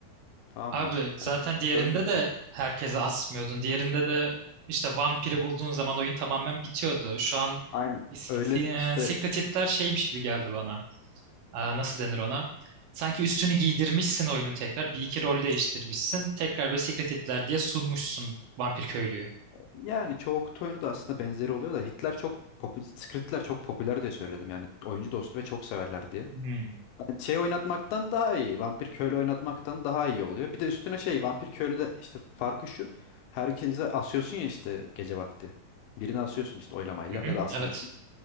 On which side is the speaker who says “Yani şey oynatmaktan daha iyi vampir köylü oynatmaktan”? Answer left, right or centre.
Left